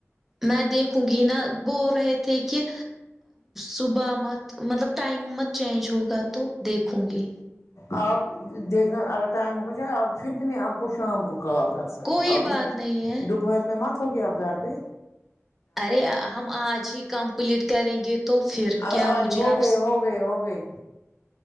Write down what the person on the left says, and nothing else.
آپ دیکھنا اگر ٹائم ہو جائے اب پھر بھی میں آپ کو شام کو کال کر سکتے
دوپہر میں مت ہوگی آپ گھر پے
اگر
آج
ہو
گئے
ہو گئے ہو گئے